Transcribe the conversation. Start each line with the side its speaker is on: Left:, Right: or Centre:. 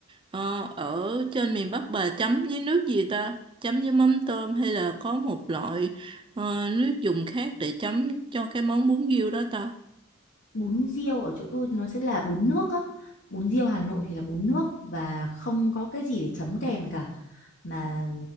Right: ờ, ở trên miền Bắc bà chấm với nước gì ta? Chấm với mắm tôm hay là có một loại ờ, nước dùng khác để chấm cho cái món bún riêu đó ta?
Left: bún riêu ở chỗ tôi nó sẽ là bún nước á bún riêu Hà Nội thì là bún nước và không có cái gì để chấm kèm cả mà